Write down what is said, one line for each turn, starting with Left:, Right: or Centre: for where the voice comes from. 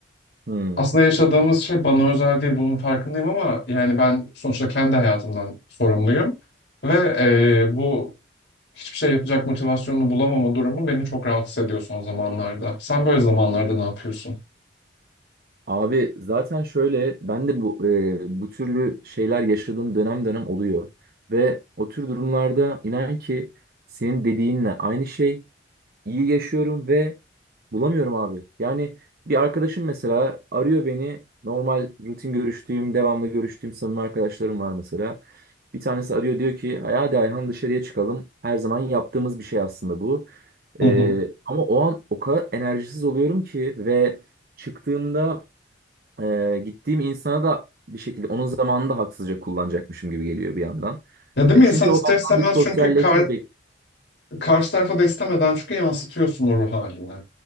Right: Hmm.
Left: aslında yaşadığımız şey bana özel değil. Bunun farkındayım ama yani ben sonuçta kendi hayatımdan sorumluyum. Ve e, bu hiçbir şey yapacak motivasyonunu bulamama durumu beni çok rahatsız ediyor son zamanlarda. Sen böyle zamanlarda ne yapıyorsun?
Right: Abi zaten şöyle ben de bu e, bu türlü şeyler yaşadığım dönem dönem oluyor. Ve o tür durumlarda inan ki senin dediğinle aynı şey iyi yaşıyorum ve bulamıyorum abi. Yani bir arkadaşım mesela arıyor beni normal rutin görüştüğüm devamlı görüştüğüm samimi arkadaşlarım var mesela. Bir tanesi arıyor diyor ki hadi Ayhan dışarıya çıkalım. Her zaman yaptığımız bir şey aslında bu.
Left: Hı
Right: E,
Left: hı.
Right: ama o an o kadar enerjisiz oluyorum ki ve çıktığımda ee, gittiğim insana da bir şekilde onun zamanını da haksızca kullanacakmışım gibi geliyor bir yandan.
Left: Ya değil
Right: E,
Left: mi insan
Right: çünkü
Left: ister
Right: o benden
Left: istemez
Right: bir sosyalleşme
Left: çünkü kar- karşı tarafa da istemeden çünkü yansıtıyorsun o ruh halini.